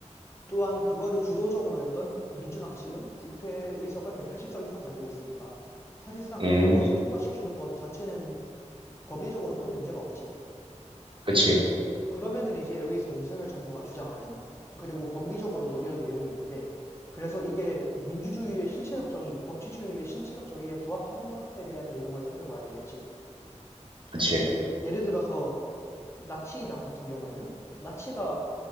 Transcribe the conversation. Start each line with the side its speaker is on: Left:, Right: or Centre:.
Left: 또한 그거를 주도적으로 했던 민- 주당 측은 국회 의석을 180석 이상 가지고 있으니까 사실상
Right: 음,
Left: 그런 것을 통과시키는 것 자체는 법리적으로 큰 문제가 없지.
Right: 그치,
Left: 그러면은 이제 여기서 윤석열 정부가 주장하는 그리고 법리적으로도 이런 내용이 있는데 그래서 이게 민주주의의 실체적 정의, 법치주의의 실체적 정의에 부합하는가에 대한 내용을 살펴봐야 되겠지.
Right: 그치,
Left: 예- 예를 들어서 나치당 같은 경우에는 나치가